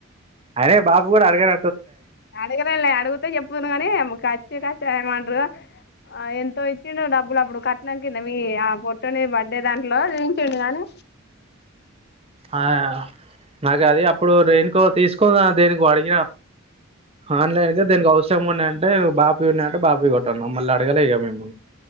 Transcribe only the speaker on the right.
అరే బాబు గూడా అడగర
ఆ నాకు అది అప్పుడు రేనుకో తీసుకున్న దేనికో అడిగిన ఆన్లైన్ కే దేనికో అవసరం ఉన్నాయ అంటే బాపి ఉన్నాయ్ అంటే బాపి కొట్ట అన్నవ్ మళ్ళ అడగలే ఇగ మేము